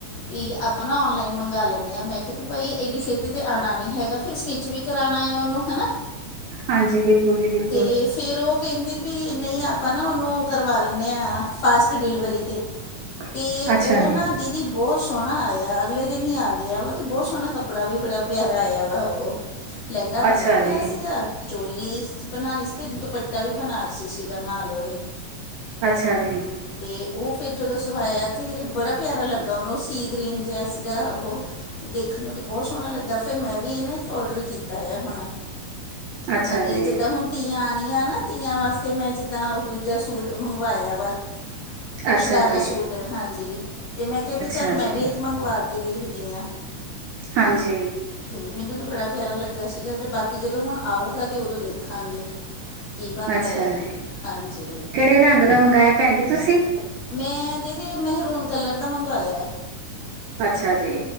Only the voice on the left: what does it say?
ਵੀ ਆਪਾਂ ਨਾ ਔਨਲਾਈਨ ਮੰਗਵਾ ਲੈਂਦੇ ਹਾਂ ਮੈਂ ਕਿਹਾ ਵੀ ਭਾਈ ਇਡੀ ਛੇਤੀ ਤੇ ਆਉਣਾ ਨਹੀਂ ਹੈਗਾ ਫਿਰ ਸਟਿੱਚ ਵੀ ਕਰ <unintelligible> ਉਹਨੂੰ ਹਨਾ
ਤੇ ਫਿਰ ਉਹ ਕਹਿੰਦੀ ਵੀ ਨਹੀਂ ਆਪਾਂ ਨਾ ਉਹਨੂੰ ਕਰਵਾ ਲੈਂਦੇ ਹਾਂ ਫਾਸਟ ਡਿਲੀਵਰੀ 'ਤੇ।
ਤੇ ਉਹ
ਨਾ ਦੀਦੀ ਬਹੁਤ ਸੋਹਣਾ ਆਇਆ ਅਗਲੇ ਦਿਨ ਹੀ ਆ ਗਿਆ ਵਾ ਤਾਂ ਬਹੁਤ ਸੋਹਣਾ ਕੱਪੜਾ ਵੀ ਬੜਾ ਪਿਆਰਾ ਆਇਆ ਵਾ ਉਹ। ਲਹਿੰਗਾ ਬਣਿਆ
ਪਿਆ
ਸੀਗਾ ਚੋਲੀ ਬਣਾਉਣੀ ਸੀ ਤੇ ਦੁਪੱਟਾ ਵੀ ਬਣਾ ਰਹੀ ਸੀ ਸੀਗਾ ਨਾਲ ਉਹਦੇ
ਅਤੇ ਉਹ ਫਿਰ ਜਦੋਂ ਸਵਾਇਆ ਤਾਂ ਬੜਾ ਪਿਆਰਾ ਲੱਗਾ ਉਹਨੂੰ ਸੀ ਗ੍ਰੀਨ ਜਿਹਾ ਸੀਗਾ ਉਹ ਅਤੇ ਦੇਖਣ ਨੂੰ ਤਾਂ ਬਹੁਤ ਸੋਹਣਾ ਲੱਗਾ ਫਿਰ ਮੈਂ ਵੀ ਇਹ ਨਾ ਇੱਕ ਔਡਰ ਕੀਤਾ ਹੁਣ
ਅੱਗੇ
ਜਿੱਦਾਂ ਹੁਣ ਤੀਆਂ ਆਣੀਆਂ ਨਾ ਤੀਆਂ ਵਾਸਤੇ ਮੈਂ ਜਿੱਦਾਂ ਦੂਜਾ ਸੂਟ ਮੰਗਵਾਇਆ ਵਾ।
ਸ਼ਰਾਰਾ
ਸੂਟ ਹਾਂਜੀ। ਤੇ ਮੈਂ ਕੇ, ਵੀ ਚੱਲ,
ਮੈਂ
ਵੀ ਏਕ ਮੰਗਵਾ ਕੇ ਦੇਖਦੀ ਆਂ।
ਤੇ ਮੈਨੂੰ ਤਾਂ ਬੜਾ ਪਿਆਰਾ ਲੱਗਾ ਸੀਗਾ। ਜ ਬਾਕੀ, ਜਦੋਂ ਹੁਣ ਆਊਗਾ, ਤੇ ਉਦੋਂ ਦੇਖਾਂਗੇ। ਕੀ ਬਣਦਾ
ਆ
ਹਾਂਜੀ
ਮੈਂ, ਦੀਦੀ, ਮਹਰੂਨ ਕਲਰ ਦਾ ਮੰਗਵਾਇਆ।